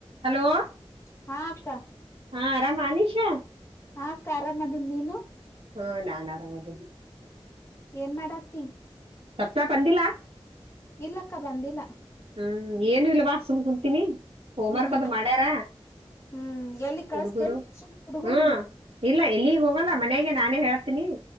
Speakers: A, on the right; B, on the left.
A: Hello
B: ಹಾ ಅಕ್ಕ
A: ಹಾ ಆರಾಮ ಅನೀಶಾ
B: ಆ ಅಕ್ಕ ಆರಾಮ ಅದೀನ್ ನೀನು
A: ಹಾ ನಾನ್ ಆರಾಮದೇನಿ
B: ಏನ್ ಮಾಡತಿ
A: <unintelligible>
B: ಇಲ್ಲಕ್ಕ ಬಂದಿಲ್ಲ
A: ಹ್ಮ್ ಏನು ಇಲ್ವಾ ಸುಮ್ ಕುಂತೀನಿ ಹೋಮ್ವರ್ಕ್
B: ಹ್ಮ್
A: ಅದು ಮಾಡ್ಯಾರ
B: ಹ್ಮ್ ಎಲ್ಲಿ ಕಳಸ್ತೇನ್
A: ಹುಡುಗರು
B: ಟ್ಯೂಷನ್ ಹುಡುಗರಿಗೆ
A: ಹ್ಮ ಇಲ್ಲ ಎಲ್ಲಿಗ್ ಹೋಗಲ್ಲ ಮನೆಗೆ ನಾನೇ ಹೇಳ್ತೀನಿ